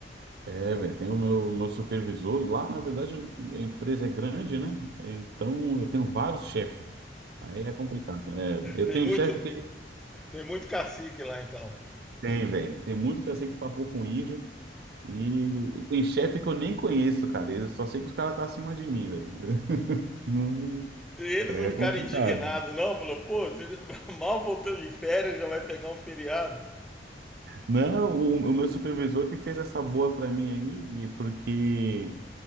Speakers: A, on the right; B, in the centre.
A: É, velho, tem o meu, meu supervisor. Lá, na verdade, a empresa é grande, né? Então, eu tenho vários chefes. Aí é complicado, né? Eu
B: Tem
A: tenho
B: muito,
A: chefe que
B: tem muito cacique lá então.
A: tem, velho. Tem muito que eu sei que papou com índio. E tem chefe que eu nem conheço, cara. Eu só sei que os caras estão tá acima de mim, velho. <laughs> Não-
B: E eles
A: É
B: não ficaram
A: complicado.
B: indignados, não? Falou, pô, você <laughs> mal voltou de férias, já vai pegar um feriado.
A: Não, o, o meu supervisor que fez essa boa pra mim aí, porque